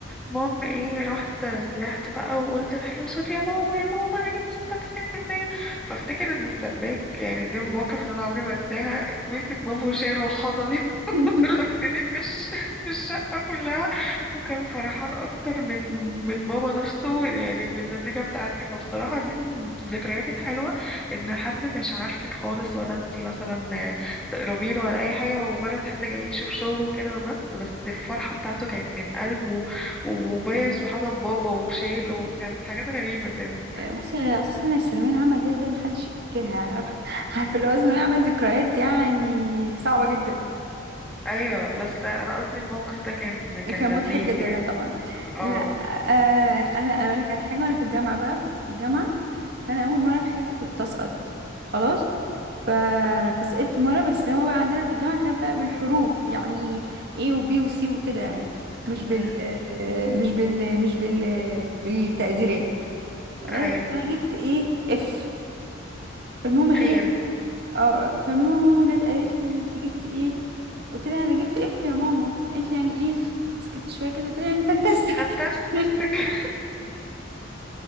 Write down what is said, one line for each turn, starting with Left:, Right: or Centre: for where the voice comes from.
Centre: المهم إيه رحت طلعت بقى وقلت بحلو صوتي يا بابا يا ماما أنا جبت ستة وتسعين في المية فأفتكر إن السباك يعني دي المواقف اللي أنا عمري ما أنساها مسك بابه وشاله وحضن
Right: <laughs>
Centre: لفيني في الش- في الشقة كلها وكان فرحان أكتر من من بابا نفسه يعني بالنتيجة بتاعتي فبصراحة دي من الذكريات الحلوة إن حد مش عارفك خالص ولا أنتي مثلا تقربي له ولا أي حاجة هو مجرد حد جاي يشوف شغله وكده وبس بس الفرحة بتاعته كانت من قلبه وبايس وحضن بابا وشايله وكان حاجات غريبة كده
Right: آه، بصي هي اساسا الثانويه العامه دي اساسا محدش يفتكرها عارفه <laughs> عارفة اللي هو الثانويه عامه ذكريات يعني صعبه جدا
Centre: أيوة بس أنا قصدي الموقف ده كان كان
Right: كان
Centre: لذيذ
Right: مضحك جدا
Centre: يعني
Right: لا طبعا
Centre: اه
Right: لا آه انا أنا اقول لك على حاجه وانا في الجامعه بقى كنت في الجامعه فانا اول مره في حياتي كنت اسقط خلاص ف...
Centre: م-
Right: فسقطت مره بس هو بقى عندنا في الجامعه كان بقى بالحروف يعني A وB وC وكده يعني مش بال
Centre: م- م.
Right: آه، مش بال مش بال بالتقديرات خلاص
Centre: أيوه
Right: انا جبت ايه اف فالمهم ايه
Centre: فين
Right: اه فالمهم ماما جت قالت لي انت جبتي ايه قلت لها انا جبت اف يا ماما قالت لي يعني ايه سكت شويه كده قلت لها يعني فانتاستيك
Centre: فانتاستيك
Right: <laughs>
Centre: <laughs>